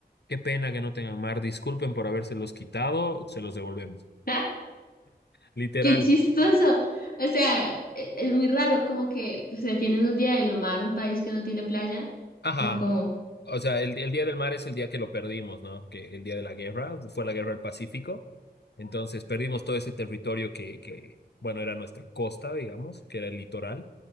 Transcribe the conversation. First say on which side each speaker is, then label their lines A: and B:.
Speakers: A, on the left; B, on the left.
A: qué pena que no tengan mar, disculpen por habérselos quitado, se los devolvemos.
B: <laughs>
A: Literal.
B: Qué chistoso. O sea, e- es muy raro, como que, o sea, tienen un día de lo mar, un país que no tiene playa.
A: Ajá.
B: Es como,
A: O sea, el, el Día del Mar es el día que lo perdimos, ¿no? Que el día de la guerra, fue la guerra del Pacífico. Entonces perdimos todo ese territorio que, que bueno, era nuestra costa, digamos, que era el litoral.